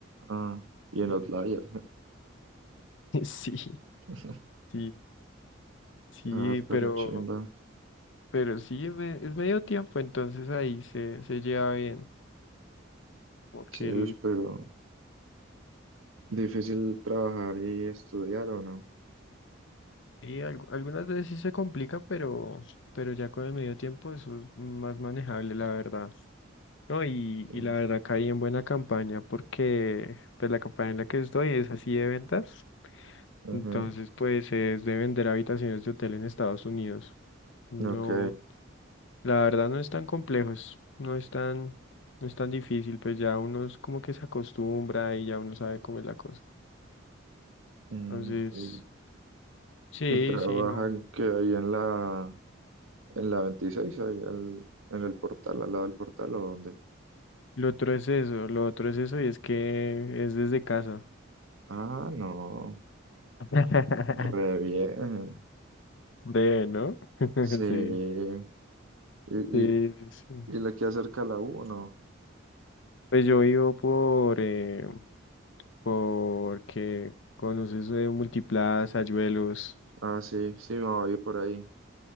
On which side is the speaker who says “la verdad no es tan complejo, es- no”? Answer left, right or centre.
Left